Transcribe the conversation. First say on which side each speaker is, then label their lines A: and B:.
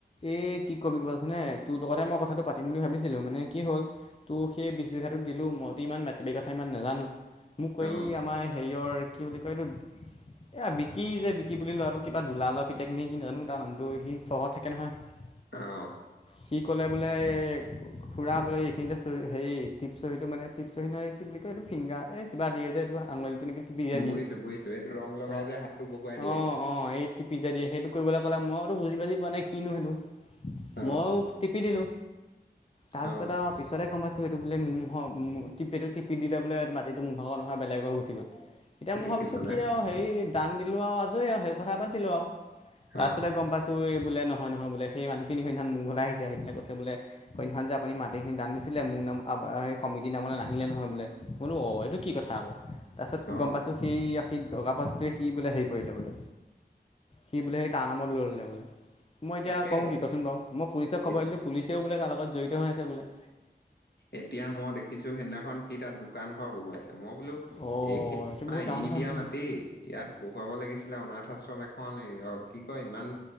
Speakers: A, on the left; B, on the left.
A: এ কি কবি ক'ব গ'ম পাইছা নে তোৰ লগততে মই কথাটো পাতিম বুলি ভাবিছিলোঁ মানে কি হ'ল। তো সেই বিছ বিঘাটো দিলোঁ। মইতো ইমান মাটিবাৰি কথা ইমান নাজানোঁ। মোক
B: অ
A: এই আমাৰ হেৰিয়ৰ কি বুলি কয় এইটো। এ বিকি যে বিকি বুলি লোৱাটো কিবা দোলাল পিতাক কিনি কি জানো তাৰ নামটো সি চহৰত। থাকে নহয়।
B: অ'
A: সি ক'লে বোলে। খুৰা বোলে এইখিনিতে চহ হেৰি টিপচ চহীটো মানে টিপচহী নহয় কি বুলি কয় এইটো ফিংগাৰ এই কিবা দিয়ে যে এইটো আঙুলি এনেকৈ টিপি যে
B: বুজিছো
A: দিয়ে অ'
B: বুজিছো এইটো ৰং লগাই যে হাতটো বহুৱাই দিয়ে
A: অ' অ' এই টিপি যে দিয়ে সেইটো কৰিবলে ক'লে মইতো বুজি বাজি পোৱা নাই কিনো সেইটো।
B: অ
A: ময়ো টিপি দিলোঁ। তাৰপিছত
B: অ
A: পিছতে গ'ম পাইছোঁ এইটো বোলে মো'হ টিপ এইটো টি দিলে বোলে মাটিটো মুৰ ভাগ নোহ বেলেগ হৈ গোছি গ'ল।
B: <inaudible>
A: এতিয়া মই ভাবিছো
B: নে
A: কি আৰু হেই দান দিলোঁ আৰু আজৰি আৰু সেই কথা বাদ দিলো আৰু তাৰপিছতে
B: অ
A: গ'ম পাইছো। তই বোলে নহয় নহয় বোলে। সেই মানুহখিন সেইদিনা খন মোৰ ঘৰলে আহিছে আহ পেলায় কৈছে বোলে। সেইদিনাখন যে আপুনি মাটিখিনি দান দিছিলে মোৰ নাম সেই সমিতি নামলৈ নাহিলে নহয় বোলে। বোলো অ' এইটো কি কথা আকৌ তাৰপিছত
B: অ
A: গ'ম পাইছো। সেই সি দগাবাজটোৱে সি বোলে হেৰি কৰিলে বোলে। সি বোলে সেই তাৰ নামত লৈ ল'লে বোলে। মই এতিয়া
B: তাকে
A: কৰো কি ক'চোন বাৰু মই পুলিচক খবৰ
B: এ-
A: দিলো পুলিচেও বোলে তাৰ লগত জড়িত হৈ আছে বোলে।
B: এতিয়া মই দেখিছো সেইদিনাখন সি তাত দোকান ঘৰ বহুৱাইছে মই বোলো
A: অঁ
B: এইখিনি
A: এইটো
B: আমাৰ
A: বহুত ডাঙৰ
B: এৰি
A: কথা
B: দিয়া
A: হৈছে
B: মাটি
A: নহয়
B: ইয়াত বহুৱাব লাগিছিলে অনাথ আশ্ৰম এখন অ কি কয় ইমান